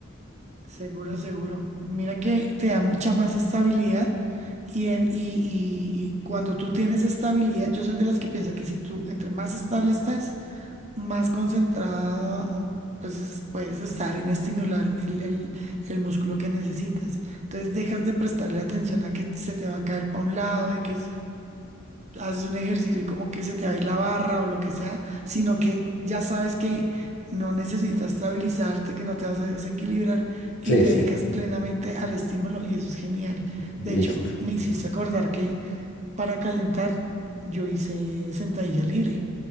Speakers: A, on the right; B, on the left.
A: Seguro, seguro. Mira que te da mucha más estabilidad y, en, y, y- y cuando tú tienes estabilidad, yo soy de las que piensa que si tú entre más estable estás, más concentrada um, pues es- puedes estar en estimular el, el- el músculo que necesitas. Entonces dejas de prestarle atención a que se te va a caer para un lado, de que haces un ejercicio y como que se te va a ir la barra o lo que sea, sino que ya sabes que no necesitas estabilizarte, que no te vas a desequilibrar y
B: Sí,
A: te
B: sí,
A: dedicas plenamente al estímulo y eso es genial.
B: listo.
A: De hecho, me hiciste acordar que para calentar yo hice sentadilla libre